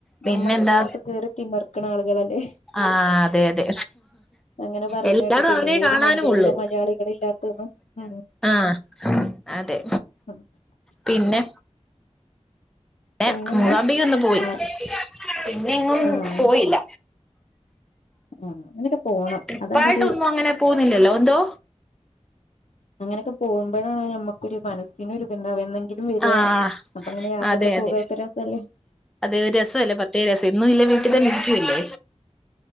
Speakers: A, on the left (about 80°); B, in the centre.
A: ഞമ്മളെല്ലായിടത്തും
B: പിന്നെന്താ
A: കേറിത്തിമറക്ക്ണ ആളുകളെല്ലേ
B: ആഹ് അതെ അതെ
A: അങ്ങനെ പറയുന്ന
B: എല്ലാടും
A: കേട്ടിട്ടില്ല
B: അവരെ
A: ഏത്
B: കാണാനും
A: മേഖലയില
B: ഉള്ളു.
A: മലയാളികളില്ലാത്തന്ന് ഉം
B: ആഹ് അതെ
A: ഉം
B: പിന്നെ? ഏ
A: പിന്നെന്താ
B: മൂകാംബിക ഒന്ന് പോയി
A: ആ
B: പിന്നെ എങ്ങും
A: ആഹ്
B: പോയില്ല.
A: ആഹ് അങ്ങനൊക്കെ പോണം
B: ട്രിപ്പായിട്ടൊന്നും
A: അതാണൊരു
B: അങ്ങനെ പോവുന്നില്ലല്ലോ ന്തോ
A: അങ്ങനൊക്കെ പോവുംമ്പഴാണ് ഞമ്മക്കൊരു മനസ് സിനൊരിത്ണ്ടാവ എന്നെങ്കിലും വര്ആ
B: ആഹ്
A: അപ്പൊ അങ്ങനെ യാത്രകളെ
B: അതെ
A: പോക്ആ
B: അതെ
A: ഒക്കെ രസല്ലെ.
B: അതെ ഒരു രസല്ലെ പത്തേ <unintelligible> ഇന്നു ഇല്ലെ വീട്ടി തന്നെ ഇരിക്ക്യു അല്ലേ.